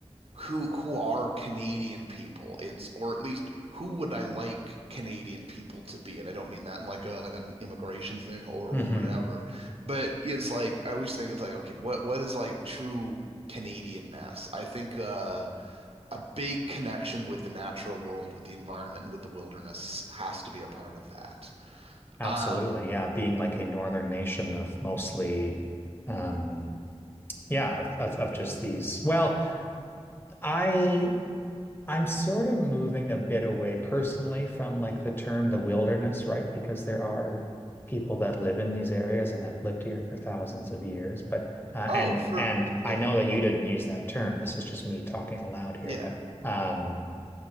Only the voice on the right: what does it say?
who who are Canadian people. It's or at least who would I like Canadian people to be? And I don't mean that in like a like an immigration thing or
or whatever. But it's like I always think it's like okay, what what is like true Canadianness? I think uh, a big connection with the natural world, with the environment, and with the wilderness has to be a part of that.
Um.
Oh,
for
yeah,
yeah.